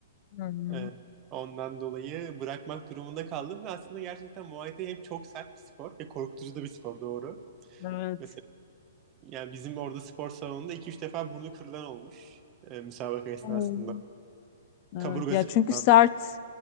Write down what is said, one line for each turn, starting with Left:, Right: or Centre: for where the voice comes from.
Left: Hmm,
Right: Ee, ondan dolayı bırakmak durumunda kaldım ve aslında gerçekten Muay Thai hem çok sert bir spor ve korkutucu da bir spor doğru.
Left: evet.
Right: Mesela yani bizim orada spor salonunda iki üç defa burnu kırılan olmuş e, müsabaka esnasında.
Left: Oo. Evet.
Right: Kaburgası
Left: Ya çünkü
Right: kırılan.
Left: sert,